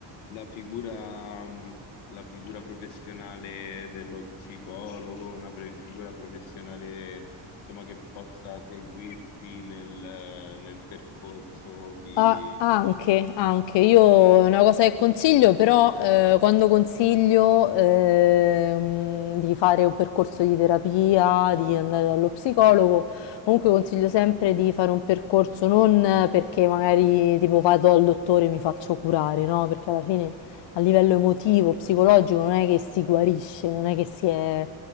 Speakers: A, on the left; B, on the left.
A: la figura, mh, la figura professionale dello psicologo, una pre- figura professionale insomma, che possa seguirti nel, nel percorso di...
B: Ah, anche, anche, io è una cosa che consiglio, però eh, quando consiglio ehm, di fare un percorso di terapia, di andare dallo psicologo, comunque consiglio sempre di fare un percorso non perché magari tipo vado al dottore e mi faccio curare, no? Perché alla fine a livello emotivo, psicologico non è che si guarisce, non è che si è...